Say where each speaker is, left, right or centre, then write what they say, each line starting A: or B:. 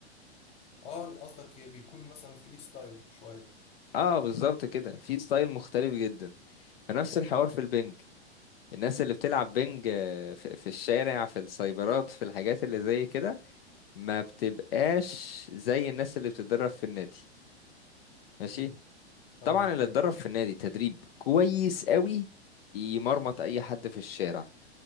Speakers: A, on the left; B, on the left.
A: اه قصدك إيه؟ بيكون مثلا فري ستايل شويه
B: اه بالظبط كده في ستايل مختلف جدا فنفس الحوار في البنج الناس اللي بتلعب بنج آه، في في الشارع في السايبرات في الحاجات اللي زي كده ما بتبقاش زي الناس اللي بتتدرب في النادي ماشي
A: مم. فاهمك
B: طبعا اللي
A: اه
B: اتدرب في النادي تدريب كويس قوي يمرمط اي حد في الشارع